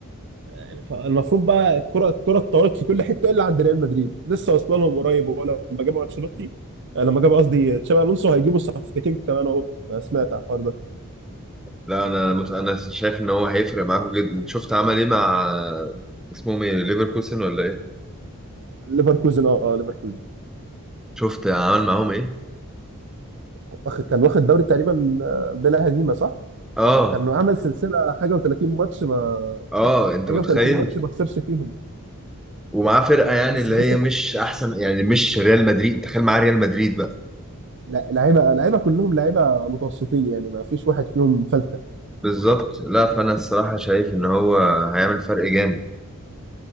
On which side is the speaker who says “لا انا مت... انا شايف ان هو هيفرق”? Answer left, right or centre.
Centre